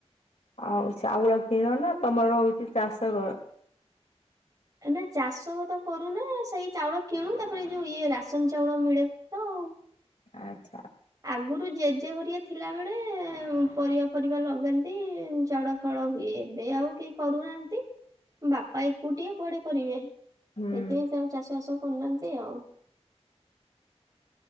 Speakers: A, on the left; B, on the right.
A: ଆଉ ଚାଉଲ କିଣ ନା ତମର ହଉଛି ଚାଷ କର।
B: ନା ଚାଷ ତ କରୁନା ସେଇ ଚାଉଳ କିଣୁ ତାପରେ ଏ ଯୋଉ ଇଏ ରାସନ ଚାଉଳ ମିଳେ ତ ଆଉ।
A: ଆଚ୍ଛା
B: ଆଗରୁ ଜେଜେ ଘରିଆ ଥିଲା ବେଳେ ପରିବା ପରିବା ଲଗାନ୍ତି ଚାଉଳ ସଫଳହୁଏ ଏବେ ଆଉ କେହି କରୁନାହାନ୍ତି ବାପା ଏକୁଟିଏ କୁଆଡେ କରିବେ। ସେଥି
A: ହୁଁ।
B: ପାଇଁ ସବୁ ଚାଷ ବାସ କରୁନାହାନ୍ତି ଆଉ।